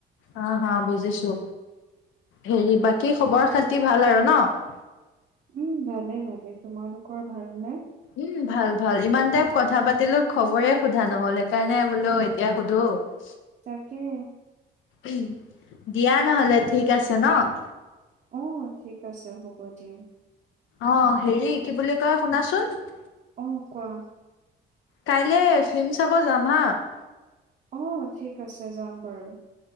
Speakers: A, on the left; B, on the right.
A: হা-হা! বুজিছোঁ। হেৰি বাকী খবৰ খাতি ভাল আৰু ন'? <unintelligible>
B: উম! ভালে-ভালে। তোমালোকৰ ভাল নে? <unintelligible>
A: উম! ভাল-ভাল, ইমান টাইম কথা পাতিলো খবৰে সোধা নহল সেইকাৰণে বোলো এতিয়া সুধো। <unintelligible>
B: তাকে। <inaudible>
A: উম! দিয়া নহলে ঠিক আছে ন'? <inaudible>
B: অঁ ঠিক আছে হ'ব দিয়া। <unintelligible>
A: অঁ! হেৰি কি বুলি কয় শুনা চোন? <unintelligible>
B: অঁ! কোৱা? <unintelligible>
A: কাইলে ফিল্ম চাব যাম হা? <unintelligible>
B: অঁ! ঠিক আছে যাম বাৰু। <unintelligible>